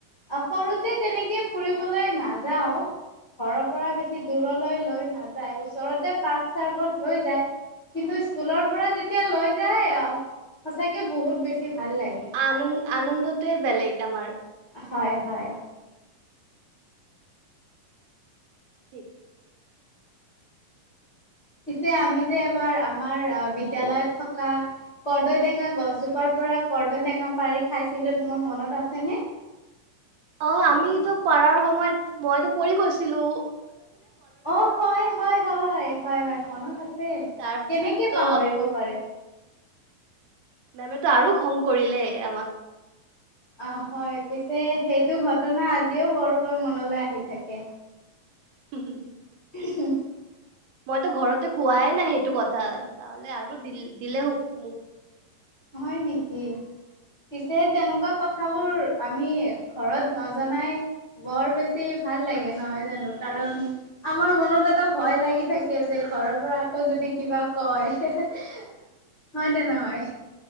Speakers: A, on the left (about 70°); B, on the right (about 80°).
A: আহ সৰুতে তেনেকে ফুৰিবলৈ নাযাওঁ। ঘৰৰ পৰা বেছি দূৰলৈ লৈ নাযায় ওচৰতে পাৰ্ক চাৰ্কত লৈ যায়। কিন্তু স্কুলৰ পৰা যেতিয়া লৈ যায় আহ সঁচাকে বহুত বেছি ভাল লাগে।
B: আনন আনন্দটোৱে বেলেগ আমাৰ।
A: হয়, হয়।
B: ঠিক
A: পিছে আমি যে এবাৰ আমাৰ আহ বিদ্যালয়ত থকা কৰ্দৈ টেঙা গছজোপাৰ পৰা কৰ্দৈটেঙা পাৰি খাইছিলোঁ তোমাৰ মনত আছেনে?
B: অ' আমিতো পাৰাৰ সময়ত মইতো পৰি গৈছিলোঁ।
A: অ' হয়, হয়, হয়, হয়, হয় মনত আছে।
B: তাৰ পিছততো
A: কেনেকে পাহৰিব পাৰে।
B: মেমে টো আৰু খং কৰিলে আমাক।
A: আহ হয়। পিছে, সেইটো ঘটনা আজিও বৰকৈ মনলৈ আহি থাকে।
B: উম, হ'ম হ'ম।
A: <unintelligible>
B: মইতো ঘৰতে খোৱাই নাই সেইটো কথা তহলে আৰু দ দিলে হওঁক মোক
A: হয় নেকি। পিছে তেনেকুৱা কথাবোৰ আমি ঘৰত নজনাই বৰ বেছি ভাল লাগে নহয় জানোঁ, কাৰণ আমাৰ মনত এটা ভয় লাগি থাকে যে ঘৰৰ পৰা আকৌ যদি কিবা কয়, হয় নে নহয়।